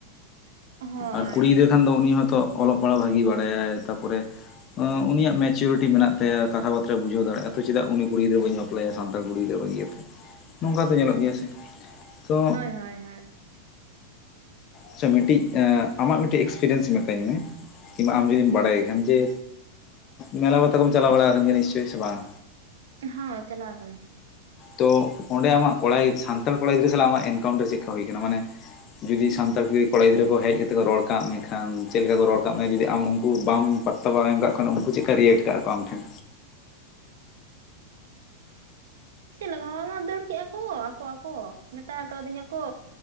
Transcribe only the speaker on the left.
ᱟᱨ ᱠᱩᱲᱤ ᱜᱤᱫᱽᱨᱟᱹ ᱠᱷᱟᱱ ᱫᱚ ᱩᱱᱤ ᱦᱚᱛᱳ ᱚᱞᱚᱜ ᱯᱟᱲᱦᱟᱣ ᱵᱷᱟᱜᱤ ᱵᱟᱲᱟᱭᱟᱭ ᱛᱟᱯᱚᱨᱮ ᱩᱱᱤᱭᱟᱜ ᱢᱮᱪᱩᱨᱤᱴᱤ ᱢᱮᱱᱟᱜ ᱛᱟᱭᱟ ᱠᱟᱛᱷᱟ ᱵᱟᱛᱨᱟ ᱵᱩᱡᱷᱟᱹᱣ ᱫᱟᱲᱮᱼᱟ ᱛᱚ ᱪᱮᱫᱟᱜ ᱩᱱᱤ ᱠᱩᱲᱤ ᱜᱤᱫᱽᱨᱟᱹ ᱧᱟᱹᱧ ᱵᱟᱯ ᱟᱞᱮ ᱥᱟᱱᱛᱟᱲ ᱠᱩᱲᱤ ᱜᱤᱫᱽᱨᱟᱹ ᱵᱟᱹᱜᱤᱭᱟᱛᱮ ᱱᱚᱝᱠᱟ ᱛᱚ ᱧᱮᱞᱚᱜ ᱜᱮᱭᱟ ᱥᱮ ᱛᱚ
ᱟᱪᱪᱷᱟ ᱢᱤᱫᱴᱤᱡ ᱟᱢᱟᱜ ᱢᱤᱫᱴᱤᱡ ᱮᱠᱥᱯᱮᱨᱤᱭᱮᱱᱥ ᱢᱤᱛᱟᱹᱧ ᱢᱮ ᱠᱤᱢᱵᱟ ᱟᱢ ᱡᱩᱫᱤᱢ
ᱵᱟᱲᱟᱭ ᱜᱮ ᱠᱷᱟᱱ ᱡᱮ ᱢᱮᱞᱟ ᱯᱟᱛᱟ ᱠᱚᱢ ᱪᱟᱞᱟᱣ ᱵᱟᱲᱟ ᱟᱠᱟᱱ ᱜᱮᱭᱟ ᱱᱤᱥᱪᱳᱭ ᱥᱮ ᱵᱟᱝ
ᱛᱚ ᱚᱸᱰᱮ ᱟᱢᱟᱜ ᱠᱚᱲᱟ ᱭᱤᱡ ᱥᱟᱱᱛᱟᱲ ᱠᱚᱲᱟ ᱜᱤᱫᱽᱨᱟᱹ ᱥᱟᱞᱟᱜ ᱟᱢᱟᱜ ᱤᱱᱠᱟᱭᱩᱱᱴᱟᱨ ᱪᱮᱜ ᱠᱟ ᱦᱩᱭ ᱠᱟᱱᱟ ᱢᱟᱱᱮ ᱡᱩᱫᱤ ᱥᱟᱱᱛᱟᱲ ᱠᱩᱜᱤ ᱠᱚᱲᱟ ᱜᱤᱫᱽᱨᱟᱹ ᱠᱚ ᱦᱮᱡ ᱠᱟᱛᱮ ᱠᱚ ᱨᱚᱲ ᱠᱟᱜ ᱢᱮᱠᱷᱟᱱ ᱪᱮᱜ ᱞᱮᱠᱟ ᱠᱚ ᱨᱚᱲ ᱠᱟᱜ ᱢᱮᱭᱟ ᱡᱩᱫᱤ ᱟᱢ ᱩᱱᱠᱩ ᱵᱟᱢ ᱚ ᱵᱟ ᱮᱢ ᱠᱟᱜ ᱠᱷᱟᱱ ᱩᱱᱠᱩ ᱪᱮᱜ ᱠᱟ ᱨᱤᱭᱮᱴ ᱠᱟᱜᱼᱟ ᱠᱚ ᱟᱢ ᱴᱷᱮᱱ